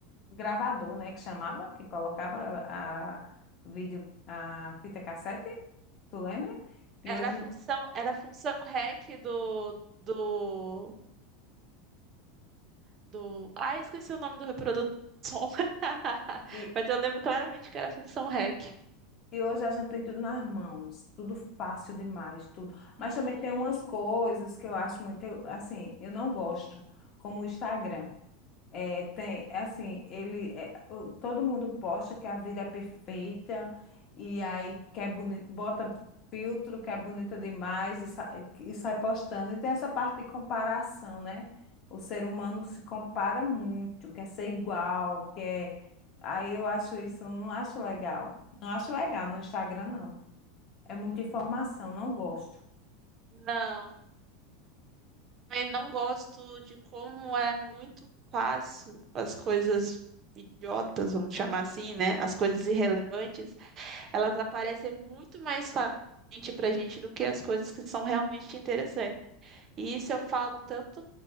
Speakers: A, on the left; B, on the right.
A: gravador, né? Que chamava, que colocava a, vídeo, a fita cassete, tu lembra? E
B: Era
A: hoje,
B: a função, era a função REC do, do, do. Ah, esqueci o nome do reprodutor de som. <laughs>
A: e,
B: Mas eu lembro claramente que era a função REC.
A: e hoje a gente tem tudo nas mãos, tudo fácil demais, tudo. Mas
B: Ih,
A: também tem umas coisas que eu acho muito, assim, eu não gosto, como o Instagram. É, tem, é assim, ele, é, o- todo mundo posta que a vida é perfeita e aí quer boni- bota filtro que é bonita demais e, sa- e sai postando. E tem essa parte de comparação, né? O ser humano se compara muito, quer ser igual, quer... Aí eu acho isso, não acho legal. Não acho legal no Instagram, não. É muita informação, não gosto.
B: Não. Eu não gosto de como é muito fácil as coisas idiotas, vamos chamar assim, né? As coisas irrelevantes, elas aparecem muito mais facilmente pra gente do que as coisas que são realmente interessantes. E isso eu falo tanto